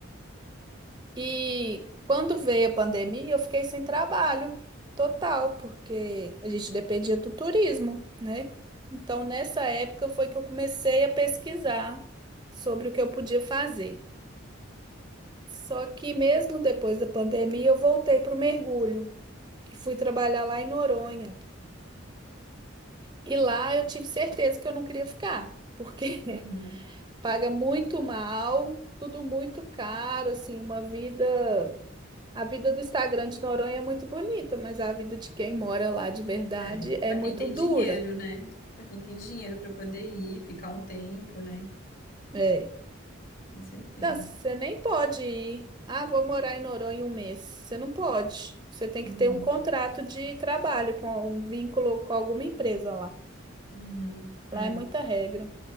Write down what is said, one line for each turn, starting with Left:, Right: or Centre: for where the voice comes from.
Right: E quando veio a pandemia, eu fiquei sem trabalho total, porque a gente dependia do turismo, né? Então, nessa época foi que eu comecei a pesquisar sobre o que eu podia fazer. Só que mesmo depois da pandemia, eu voltei para o mergulho e fui trabalhar lá em Noronha. E lá eu tive certeza que eu não queria ficar, porque
Left: Uhum.
Right: <laughs> paga muito mal, tudo muito caro, assim, uma vida A vida do Instagram de Noronha é muito bonita, mas a vida de quem mora lá de verdade
Left: É,
Right: é
Left: para
Right: muito
Left: quem tem
Right: dura.
Left: dinheiro, né? Para quem tem dinheiro para poder ir, ficar um tempo, né?
Right: É.
Left: Com certeza.
Right: Não, você nem pode ir. Ah, vou morar em Noronha um mês. Você não pode. Você tem
Left: Uhum,
Right: que ter um contrato de trabalho, com um vínculo com alguma empresa lá.
Left: uhum, é,
Right: Lá é muita regra.